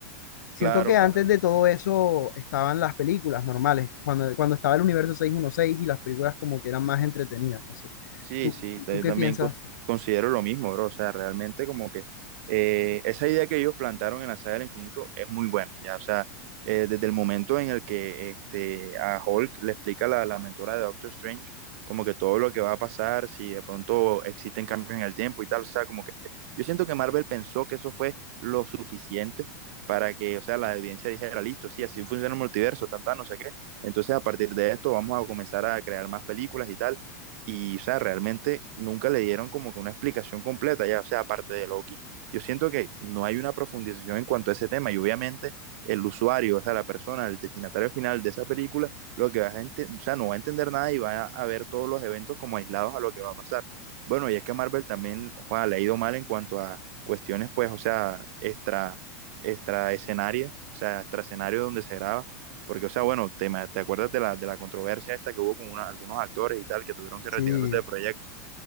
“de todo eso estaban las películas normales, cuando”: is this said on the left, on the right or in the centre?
Left